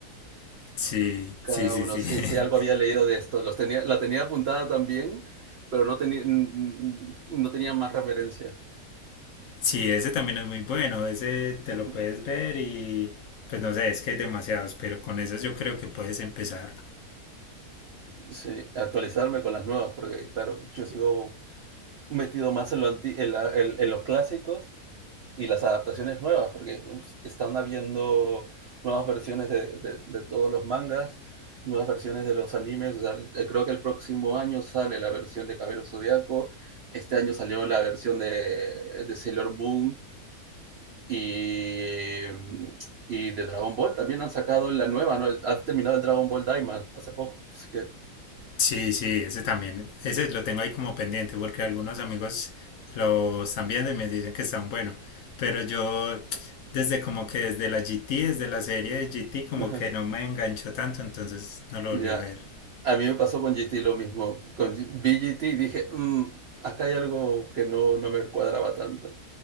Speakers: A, on the left (about 70°); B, on the right (about 75°).
A: Sí,
B: Cada
A: sí, sí,
B: uno,
A: sí.
B: sí,
A: <laughs>
B: sí, algo había leído de esto. Los tenía, la tenía apuntada también, pero no, tenía no tenía más referencias.
A: Sí, ese también es muy bueno, ese te
B: Ujú.
A: lo puedes ver y pues no sé, es que hay demasiados, pero con esos yo creo que puedes empezar.
B: Sí, actualizarme con las nuevas, porque claro, yo sigo metido más en, lo anti- en la- en- en los clásicos y las adaptaciones nuevas, porque us- están habiendo nuevas versiones de, de- de todos los mangas, nuevas versiones de los animes. o sea, eh, creo que el próximo año sale la versión de Caballero Zodiaco, este año salió la versión de, de Sailor Moon, Y, y de Dragon Ball también han sacado la nueva, ¿no? Ha terminado el Dragon Ball Daima hace poco. Así que,
A: Sí, sí, ese también, ese lo tengo ahí como pendiente porque algunos amigos lo están viendo y me dicen que están bueno, pero yo desde como que desde la GT, desde la serie de GT como
B: <laughs>
A: que no me enganchó tanto, entonces no lo volví
B: ya.
A: a ver.
B: A mí me pasó con GT lo mismo. Con, vi GT y dije, mmm, acá hay algo que no, no me cuadraba tanto.